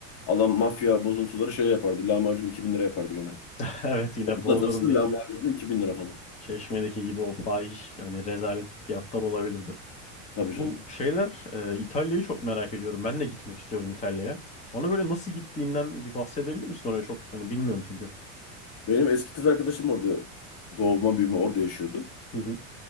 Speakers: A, on the left (about 40°); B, on the left (about 20°).
A: alan mafya bozuntuları şey yapardı. Lahmacun 2000 lira yapardı gene.
B: <laughs> evet yine
A: Sakız
B: Bodrum'daki
A: atası lahmacun da 2000 lira falan.
B: Çeşme'deki gibi o fahiş hani rezalet fiyatlar olabilirdi.
A: Tabii canım.
B: Bu şeyler e, İtalya'yı çok merak ediyorum. Ben de gitmek istiyorum İtalya'ya. Bana böyle nasıl gittiğinden bir bahsedebilir misin oraya çok hani bilmiyorum çünkü.
A: Benim eski kız arkadaşım orada doğma büyüme orada yaşıyordu.
B: Hı hı.